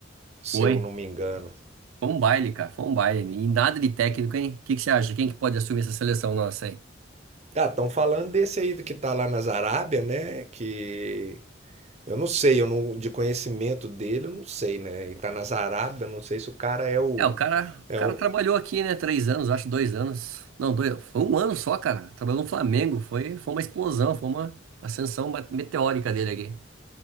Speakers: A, on the right; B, on the right.
A: se
B: foi.
A: eu não me engano.
B: Foi um baile, cara. Foi um baile. E nada de técnico, hein? O que que você acha? Quem que pode assumir essa seleção nossa, hein?
A: Ah, estão falando desse aí do que tá lá nas Arábia, né? Que eu não sei, eu não, de conhecimento dele, eu não sei, né? E tá nas Arábia, eu não sei se o cara é o,
B: É, o cara,
A: é
B: o cara
A: o.
B: trabalhou aqui, né? Três anos, acho, dois anos. Não, dois, foi um ano só, cara. Trabalhou no Flamengo. Foi, foi uma explosão, foi uma ascensão ma- meteórica dele aqui.